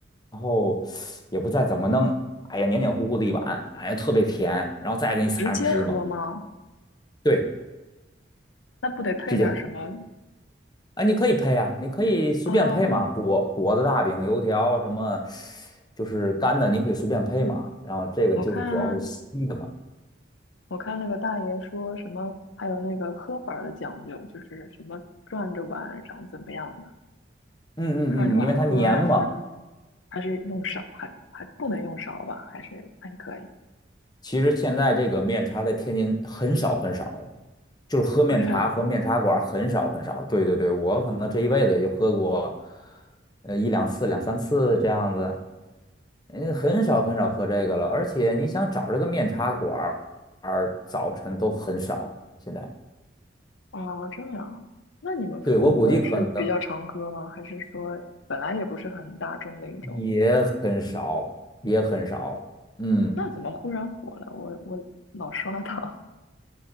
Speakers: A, on the left; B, on the left.
A: 后也不再怎么弄，哎呀，黏黏糊糊的一碗，哎呀，特别甜，然后再给你撒上芝麻，
B: 直接喝吗？
A: 对，
B: 那不得配点儿什么
A: 直接喝。啊，你可以配啊，你可以随便配嘛，
B: 啊？
A: 果果子、大饼、油条什么，就是干的，你可以随便配嘛。然后这个就是主要是稀的嘛，
B: 我看我看那个大爷说什么，还有那个喝法儿的讲究，就是什么转着碗，然后怎么样的。
A: 嗯嗯嗯，
B: 转着碗喝还是
A: 因为它黏嘛。
B: 还是用勺？还还不能用勺吧？还是还是可以
A: 其实现在这个面茶在天津很少很少，就是喝面茶和面茶馆儿很少很少。
B: 啊？这样啊
A: 对对对，我可能这一辈子也就喝过，呃一两次、两三次这样子，嗯，很少很少喝这个了。而且你想找这个面茶馆儿，早晨都很少现在。
B: 哦，这样。那你们父母辈儿是比较常喝吗？
A: 对，我估计可能
B: 还是说本来也不是很大众的一种？
A: 也很少，也很少。嗯，
B: 那怎么忽然火了？我我老刷到。